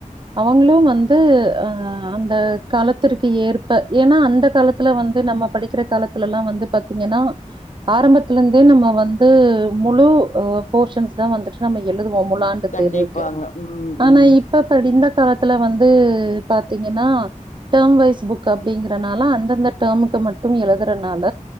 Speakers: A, on the right; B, on the left.
A: அவங்களு வந்து அ அந்த காலத்திற்கு ஏற்ப ஏன்னா அந்த காலத்துல வந்து நம்ம படிக்குற காலத்துல எல்லா வந்து பாத்தீங்கன்னா ஆரம்பத்துல இருந்தே நம்ம வந்து முழு போர்ஷன்ஸ் தா வந்துட்டு நம்ம எழுது வோ முழாண்டு
B: கண்டிப்பாங்க
A: தேர்வுக்கு
B: ம்
A: ஆனா
B: ம்
A: இப்பப்படிந்த இந்த காலத்துல வந்து பாத்தீங்கன்னா டேர்ம் வைஸ் புக் அப்டிங்கறனால அந்தந்த டேர்முக்கு மட்டுமே எழுதுறனால